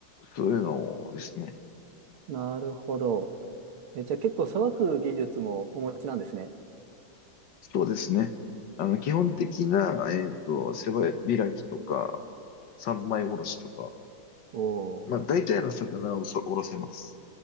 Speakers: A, on the left (about 60°); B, on the right (about 85°).
A: そういうのですね。
B: なるほど。え、じゃあ結構さばく技術もお持ちなんですね。
A: そうですね。あの、基本的な、えっと、背開きとか、三枚おろしとか、
B: お
A: まあ、
B: ー
A: 大体の魚をそおろせます。